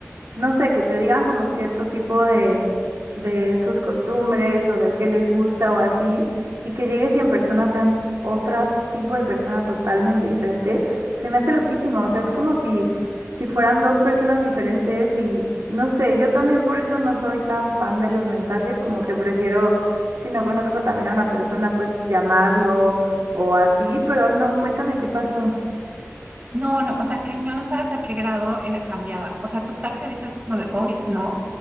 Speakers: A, on the right; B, on the right.
A: no sé, que te digan como cierto tipo de, de sus costumbres o de qué les gusta o así, y que llegues y en persona sean otro tipo de persona totalmente diferente, se me hace loquísimo. O sea, es como si si fueran dos personas diferentes y no sé, yo también por eso no soy tan fan de los mensajes, como que prefiero, si no conozco también a una persona, pues llamarlo o así, pero no, cuéntame qué pasó.
B: No, no, o sea, que yo no sabes a qué grado era, cambiaba. O sea, total que dije así como de hoy, no.